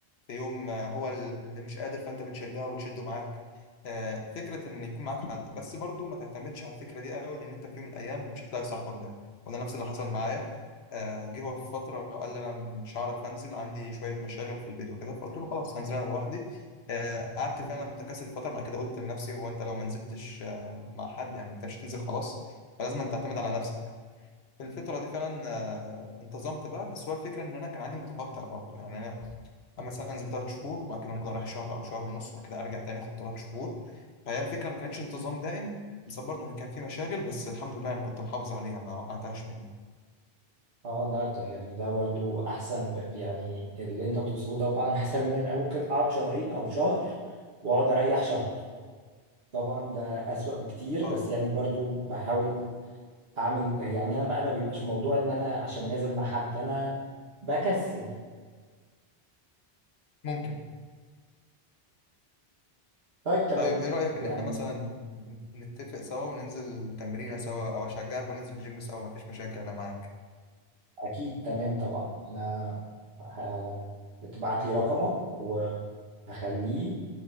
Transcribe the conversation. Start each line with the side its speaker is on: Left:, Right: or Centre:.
Left: في يوم آه، هو اللي مش قادر فانت بتشجعه وتشده معاك آه، فكرة ان يكون معاك حد بس برضو ما تعتمدش على الفكرة دي قوي لان انت في يوم من الايام مش هتلاقي صاحبك ده وده نفس اللي حصل معايا آه، جه هو في فترة قال لي أنا مش هعرف أنزل عندي شوية مشاغل في البيت وكده فقلت له خلاص هنزل أنا لوحدي آه، قعدت فعلا متكاسل فترة بعد كده قلت لنفسي هو أنت لو ما نزلتش آه، مع حد يعني أنت مش هتنزل خلاص فلازم أن تعتمد على نفسك يعني. في الفترة دي فعلا آه، انتظمت بقى بس هو الفكرة ان انا كان عندي متقطع برضه يعني انا مثلا انزل ثلاث شهور وبعد كده ممكن اروح شهر او شهر ونص وبعد كده ارجع تاني اخد ثلاث شهور فهي الفكرة ما كانتش انتظام دائم بس برضه ان كان في مشاغل بس الحمد لله انا كنت محافظ عليها ما وقعتهاش مني
Right: اه ده ده يعني ده برضو احسن ب- يعني اللي انت بتوصفه ده طبعا <laughs> احسن مني يعني انا ممكن اقعد شهرين او شهر واقعد اريح شهر طبعا ده اسوأ بكتير
Left: اه
Right: بس يعني برضو بحاول اعمل يعني انا بقى ما بيبقاش موضوع ان انا عشان نازل مع حد انا بكسل
Left: ممكن
Right: طيب تمام
Left: طيب ايه رأيك
Right: يعني
Left: ان احنا مثلا نتفق سوا وننزل تمرينة سوا او اشجعك وننزل الجيم سوا مفيش مشاكل انا معاك
Right: اكيد تمام طبعا انا ه- تبعت لي رقمك وهخليه